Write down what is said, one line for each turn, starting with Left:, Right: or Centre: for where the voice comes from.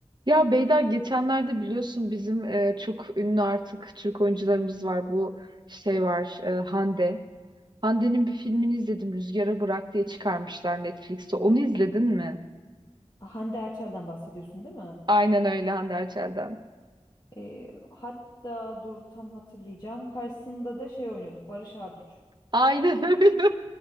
Right: Ya Beyda geçenlerde biliyorsun bizim e, çok ünlü artık Türk oyuncularımız var. Bu şey var e, Hande. Hande'nin bir filmini izledim Rüzgara Bırak diye çıkarmışlar Netflix'te. Onu izledin mi?
Left: Ah, Hande Erçel'den bahsediyorsun değil mi?
Right: Aynen öyle Hande Erçel'den.
Left: Ee, hatta dur tam hatırlayacağım. Karşısında da şey oynuyordu. Barış Arduç.
Right: Aynen <laughs> öyle.